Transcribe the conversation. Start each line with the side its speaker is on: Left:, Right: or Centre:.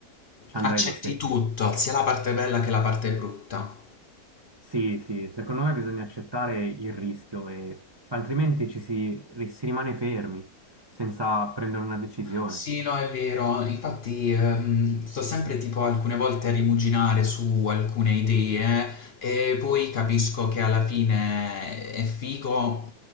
Right: ci andrei
Left: Accetti
Right: lo stesso.
Left: tutto, sia la parte bella che la parte brutta.
Right: Sì, sì, secondo me bisogna accettare il rischio e altrimenti ci si, ri- si rimane fermi senza prendere una decisione.
Left: Sì, no, è vero. Infatti, ehm, sto sempre tipo alcune volte a rimuginare su alcune idee e poi capisco che alla fine è figo